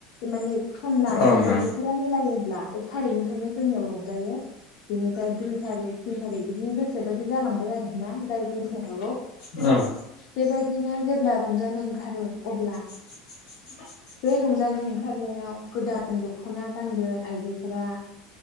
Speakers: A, on the left; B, on the left.
A: माने सम लानानै
B: ओं
A: बोथोरा मिलायोब्ला एक थारिकनिफ्रायनो जोंनियाव रंजायो। बिनिफ्राय दुइ थारिख थिन थारिख बिदिनो गोसो बायदि जालांबाय आरो ना जाय गोसो हागौ
B: ओं।
A: बेबायदिनो जेब्ला रंजानो ओंखारो अब्ला
B: <unintelligible>
A: बे रंजानो ओंखारनायाव गोदान दख'ना गानगोन आइजोफोरा